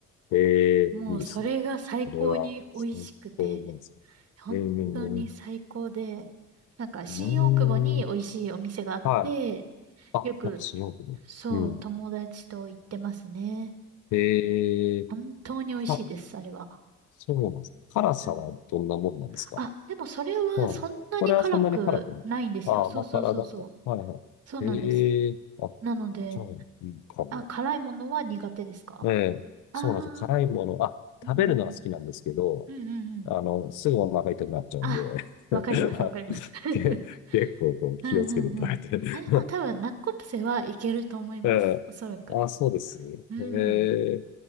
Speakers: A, on the left; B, on the right.
A: ええいいですね。
B: もう、それが最高に美味しくて、
A: これは最高なんですか。
B: 本当に最高で、
A: ええうん。
B: なんか、新大久保に美味しいお店があって、
A: うんはい。あ、
B: よく
A: やっぱ新大久保。
B: そう、
A: うん。
B: 友達と行ってますね。
A: ええ
B: 本当に美味しいです、
A: か、
B: あれは。
A: そうなんですか。辛さはどんなもんなんですか。
B: うん。あ、でもそれはそんなに辛くないんですよ。
A: はい。これはそんなに辛くない。ああ、
B: そうそうそうそう。
A: 甘辛だか。はいはい。
B: そうなんです。
A: ええあ、
B: なので、
A: じゃあ、いいかも。
B: あ、辛いものは苦手ですか
A: ええ、
B: ああ
A: そうなんですよ。辛いもの、あ、
B: ー、
A: 食べるのは好きなんですけど、
B: うんうんうん。うんうんうん。
A: あの、すぐお腹痛くなっちゃうんで、
B: あ、わかります、
A: <laughs> あ
B: わかります。<laughs>
A: け結構こう気をつけて食べて。
B: うんうんうん。あ、でも多分、ナッコプセはいけると思います。
A: <laughs> ええ、
B: おそらく。
A: あ、そうですね。
B: うん。
A: ええ、